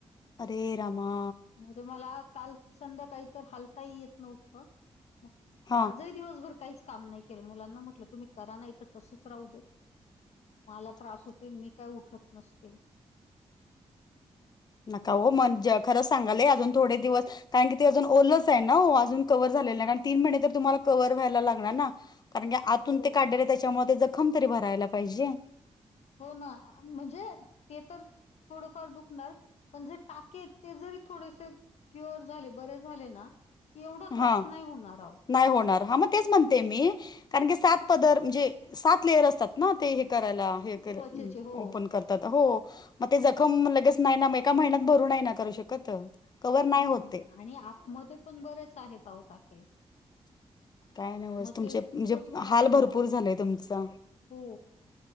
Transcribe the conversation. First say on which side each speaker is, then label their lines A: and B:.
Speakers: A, on the left; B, on the left.
A: अरे रामा
B: मग मला काल संध्याकाळी काही हालताही येत नव्हतं. मग
A: हा
B: आजही दिवसभर काहीच काम नाही केलं, मुलांना म्हटलं, तुम्ही करा नाही इथ तसंच राहू देत. मला त्रास होतो मी काय उठत नसते.
A: नका हो म्हणजे खरंच सांगाते अजून थोडे दिवस कारण की ते अजून ओलच आहे ना अजून कव्हर झालेलं
B: हो ना
A: नाही, तीन महिने तर तुम्हाला कव्हर होईला लागणार ना, कारण आतून
B: हो
A: ते त्याच्यामुळे ते जखम तरी भरायला पाहिजे
B: हो ना.... म्हणजे ते तर थोडफार दुखणार, पण जे टाके आहेत ते जरी थोडेसे क्युअर झाले, बरे झाले, ना एवढा त्रास
A: हा
B: नाही होणार आहो.
A: नाही होणार, हा मग तेच म्हणते मी कारण की सात पदर म्हणजे सात लेयर असतात ना ते हे करायला हे
B: त्वचेचे हो
A: ओपन करत हो मग, ते जखम लगेच नाही ना मग एका महिन्यात भरू नाही ना करू शकत कवर
B: हम्म....
A: नाही होते
B: आणि आतमध्ये पण बरेच आहेत अहो टाके
A: काय नव्हच
B: मग
A: तुमचे
B: ते खूपच
A: म्हणजे
B: त्रास
A: हाल
B: होतो
A: भरपूर झालंय तुमचा
B: हो